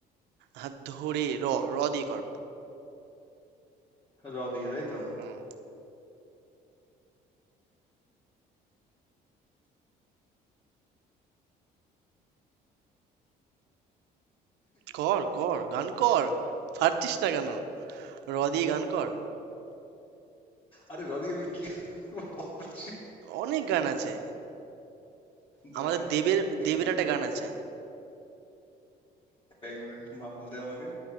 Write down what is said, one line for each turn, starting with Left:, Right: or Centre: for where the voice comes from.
Right: হাত ধরে র র দিয়ে কর
Left: র দিয়ে, তাই তো?
Right: হুম কর কর গান কর পারছিস না কেন র দিয়ে গান কর
Left: আরে র দিয়ে আমি কি গান করবো ভাবছি।
Right: অনেক গান আছে
Left: দাঁড়া
Right: আমাদের দেবের
Left: এক
Right: দেবের
Left: মিনিট
Right: একটা গান আছে
Left: এক মিনিট ভাবতে দে আমাকে।